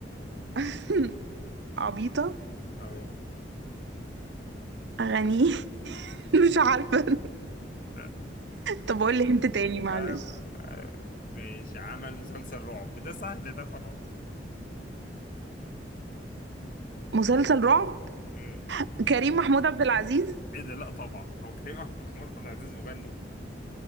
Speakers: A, on the right; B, on the left.
A: <laughs> عبيطة
B: اه
A: أغانيه <laughs> مش عارفة
B: آه،
A: طب قولي هنت تاني معلش
B: آه، ماشي عمل مسلسل رعب ده سهل ده خلاص
A: مسلسل رعب
B: مم.
A: كريم محمود عبد العزيز
B: ايه ده لا طبعا هو كريم عبد- محمود عبد العزيز مغني